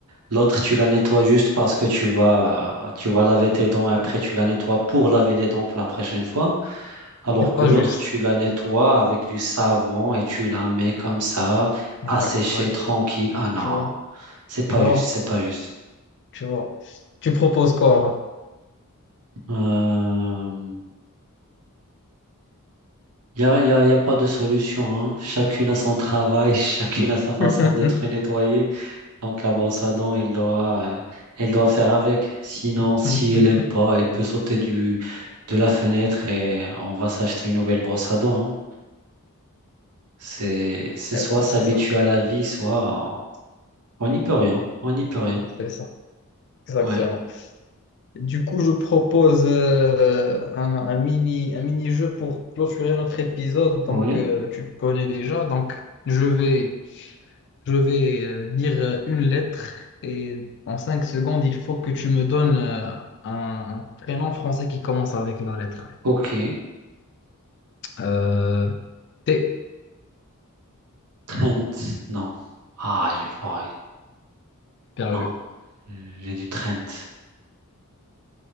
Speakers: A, on the right (about 85°); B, on the left (about 50°).
A: L'autre, tu la nettoies juste parce que tu vas, tu vas laver tes dents. Après, tu la nettoies pour laver les dents pour la prochaine fois. Alors
B: C'est
A: que
B: pas
A: l'autre,
B: juste.
A: tu la nettoies avec du savon et tu la mets comme ça,
B: Ouais,
A: à sécher
B: ouais.
A: tranquille. Ah non,
B: Tu vois,
A: c'est pas
B: tu vois,
A: juste, c'est pas juste.
B: tu vois. Tu proposes quoi
A: Euh... Il y a, y a- y a pas de solution, hein. Chacune a son travail, <laughs> chacune a sa façon
B: là?
A: d'être nettoyée. Donc la brosse à dents, elle doit, euh, elle doit faire avec. Sinon, si
B: <laughs>
A: elle aime pas, elle peut sauter du, de la fenêtre et on va s'acheter une nouvelle brosse à dents. hein. C'est, c'est
B: Eh
A: soit
B: ben,
A: s'habituer
B: c'est ça,
A: à la vie, soit on n'y peut rien. On n'y peut rien.
B: c'est ça. Exactement.
A: Ouais.
B: Du coup, je propose euh, un, un mini, un mini-jeu pour clôturer notre épisode. Donc,
A: Oui.
B: euh, tu le connais déjà. Donc, je vais, je vais euh, dire euh, une lettre et en 5 secondes, il faut que tu me donnes euh, un, un prénom français qui commence avec la lettre.
A: Ok.
B: Euh, T,
A: Trent. Non. Ah, j'ai foiré.
B: perdu.
A: Non. J'ai du Trent.